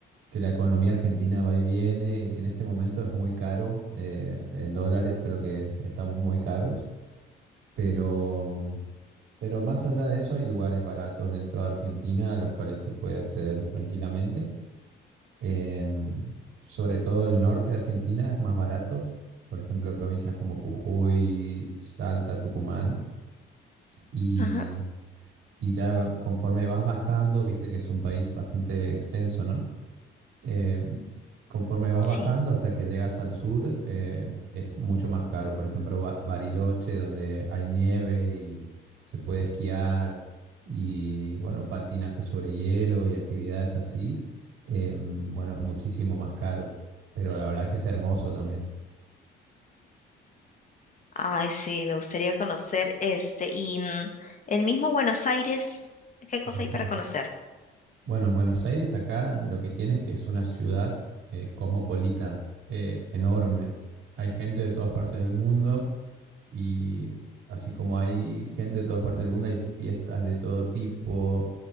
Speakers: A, on the right; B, on the left.
A: que la economía argentina va y viene. y en este momento es muy caro. eh, en dólares creo que estamos muy caros. Pero, pero más allá de eso, hay lugares baratos dentro de Argentina a los cuales se puede acceder tranquilamente. Eh, sobre todo el norte de Argentina es más barato. Por ejemplo, provincias como Jujuy, Salta, Tucumán. Y,
B: Ajá,
A: y ya conforme vas bajando, viste que es un país bastante extenso, ¿no? eh, conforme vas bajando
B: sí.
A: hasta que llegas al sur, eh, es mucho más caro. Por ejemplo, Ba- Bariloche, donde hay nieve y se puede esquiar y, bueno, patinaje sobre hielo y actividades así, eh, bueno, es muchísimo más caro. Pero la verdad que es hermoso también.
B: Ay, sí, me gustaría conocer este. Y mm, el mismo Buenos Aires, ¿qué cosa
A: Ujú.
B: hay para conocer?
A: Bueno, en Buenos Aires acá lo que tienes que es una ciudad eh, cosmopolita, eh, enorme. Hay gente de todas partes del mundo Y así como hay gente de todas partes del mundo, hay fiestas de todo tipo,